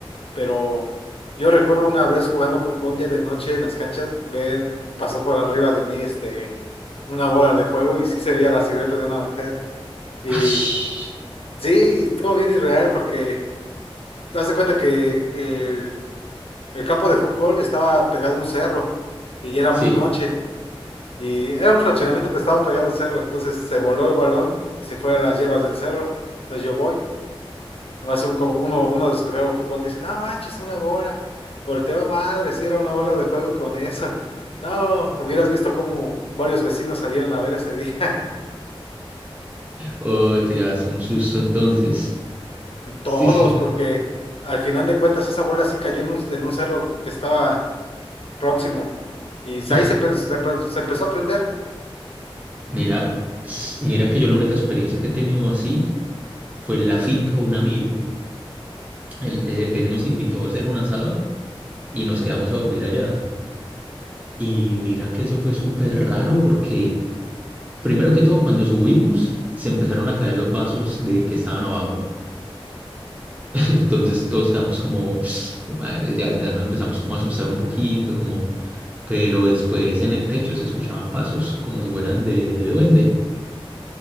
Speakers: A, on the left; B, on the right.
A: pero yo recuerdo una vez jugando fútbol ya de noche en las canchas, ver, pasó por arriba de mí este, una bola de fuego y sí se veía la silueta de una mujer. Y
B: <laughs> ash.
A: sí, todo bien irreal porque te das de cuenta que el, el campo de fútbol estaba pegado a un cerro y ya era
B: Sí.
A: muy noche. Y era un fraccionamiento, pero estaba pegado al cerro. Entonces se voló el balón y se fue a las hierbas del cerro. Entonces yo voy. Nomás un, como uno, uno descubrió fútbol, dice, no manches, una bola. Volteo, madre, si era una bola de fuego con eso. No, hubieras visto cómo varios vecinos salieron a ver ese día. <laughs>
B: Oh, te llevas un susto entonces.
A: Todos,
B: Sí.
A: porque al final de cuentas esa bola sí cayó en un, en un cerro que estaba próximo. Y
B: <laughs>
A: ahí se, empe- se empe- se empezó a prender.
B: Mira, s- mira que yo la única experiencia que he tenido así fue en la finca de un amigo. Él, eh, él nos invitó a hacer un asado y nos quedamos a dormir allá. Y mira que eso fue súper raro porque, primero que todo, cuando subimos, se empezaron a caer los vasos de que estaban abajo. <laughs> Entonces todos quedamos como, <sniffs> "Madre, ya, ya nos empezamos como a asustar un poquito, como, pero después en el techo se escuchaban pasos como si fueran de, de duende